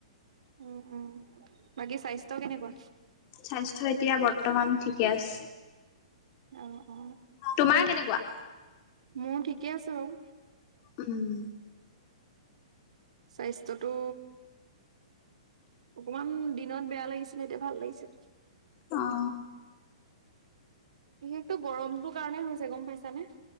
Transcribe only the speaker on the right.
উম, উম, বাকী স্বাস্থ্য কেনেকুৱা?
অ, অ।
মোৰ ঠিকে আছে বাৰু।
স্বাস্থ্যটো অকমান দিনত বেয়া লাগিছিলে এতিয়া ভাল লাগিছে।
বিশেষটো গৰমটোৰ কাৰণে হৈছে গম পাইছানে?